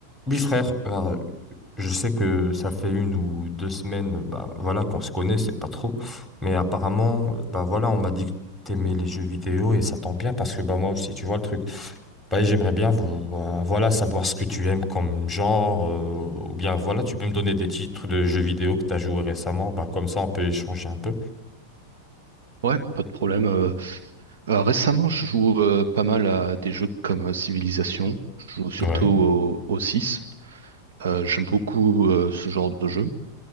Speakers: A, in the centre; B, on the right.
A: Oui, frère, euh, je sais que ça fait une ou deux semaines, euh, bah, voilà, qu'on se connaît, c'est pas trop. Mais apparemment, euh, bah, voilà, on m'a dit que t'aimais les jeux vidéo et ça tombe bien parce que bah, moi aussi, tu vois le truc. Bah, j'aimerais bien vo- vo- voilà, savoir ce que tu aimes comme genre, euh, ou bien voilà, tu peux me donner des titres de jeux vidéo que tu as joué récemment, bah, comme ça on peut échanger un peu.
B: Ouais, pas de problème. Euh, euh, récemment, je joue euh, pas mal à des jeux comme euh, Civilization. Je joue surtout
A: Ouais.
B: au, au 6. Euh, j'aime beaucoup euh, ce genre de jeu.